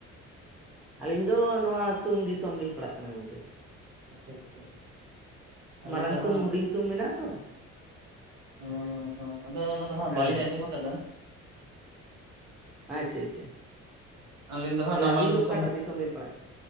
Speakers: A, in the centre; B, on the right.
A: ᱟᱹᱞᱤᱧ ᱫᱚ ᱱᱚᱣᱟ ᱛᱩᱝ ᱫᱤᱥᱚᱢ ᱞᱤᱧ ᱯᱟᱲᱟᱜ ᱠᱟᱱᱟ ᱜᱚᱝᱠᱮ᱾
B: ᱟᱪᱪᱷᱟ ᱟᱪᱪᱷᱟ ᱟᱹᱞᱤᱧ
A: ᱢᱟᱨᱟᱝ
B: ᱫᱚ
A: ᱛᱩᱝ
B: ᱦᱟᱸᱜ
A: ᱦᱩᱰᱤᱧ ᱛᱩᱝ ᱢᱮᱱᱟᱜ-ᱟ ᱛᱚ᱾
B: ᱦᱩᱸ ᱦᱩᱸ, ᱟᱫᱚ ᱚᱱᱟ ᱫᱚ ᱦᱟᱸᱜ
A: ᱦᱮᱸ
B: ᱵᱟᱹᱞᱤᱧ
A: ᱦᱮᱸ
B: ᱟᱸᱡᱚᱢ ᱠᱟᱫᱟ᱾
A: ᱟᱪᱪᱷᱟ ᱟᱪᱪᱷᱟ᱾
B: ᱟᱹᱞᱤᱧ ᱫᱚ ᱦᱟᱸᱜ
A: ᱛᱟᱦᱚᱞᱮ
B: ᱱᱟᱢᱟᱞ
A: ᱟᱹᱵᱤᱱ ᱫᱚ
B: ᱫᱤᱥᱚᱢ᱾
A: ᱚᱠᱟᱴᱟᱜ ᱵᱤᱱ ᱯᱟᱲᱟᱜ ᱠᱟᱱᱟ